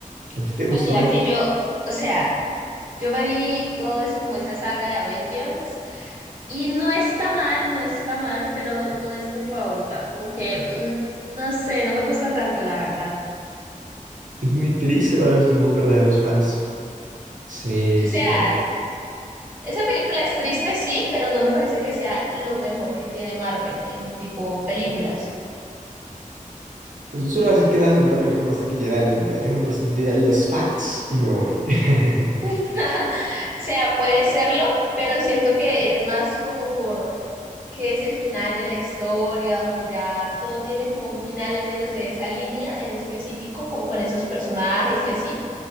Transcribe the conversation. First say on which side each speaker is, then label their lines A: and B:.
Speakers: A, on the right; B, on the right.
A: ¿A ti te
B: Pues
A: gustó
B: mira
A: Endgame?
B: que yo, o sea, yo me vi todo es como esa saga de Avengers y no está mal, no está mal, pero no es mi favorita. Como que, mm, no sé, no me gusta tanto, la verdad.
A: Es muy triste para los que somos verdaderos fans. Se,
B: O sea,
A: se muere.
B: esa película es triste, sí, pero no me parece que sea lo mejor que tiene Marvel en tipo películas.
A: Pues yo solo voy a decir que es la segunda película más taquillera del mundo. Ahí dejo los, de- los facts y me voy. <laughs>
B: <laughs> O sea, puede serlo, pero siento que es más como por que es el final de la historia, donde ya todo tiene como un final, al menos de esa línea en específico, como con esos personajes y así.